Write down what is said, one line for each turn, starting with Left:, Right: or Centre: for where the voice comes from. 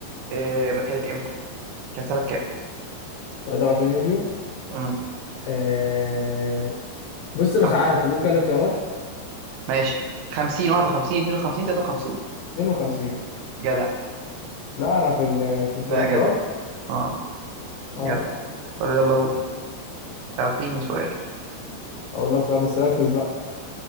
Right: إيه كانت امتى كانت سنه كام
Left: 23 يوليو
Right: امم
Left: آه... بص مش
Right: آه،
Left: عارف طب قول كده الاختيارات
Right: ماشي 50 51 52 53
Left: 52
Right: جدع
Left: لا انا في ال- في الدراسات
Right: لا جدع اه
Left: اه
Right: جدع طب يلا قول اعطيني
Left: ماشي.
Right: سؤال
Left: هقول لك سؤال بس ركز بقى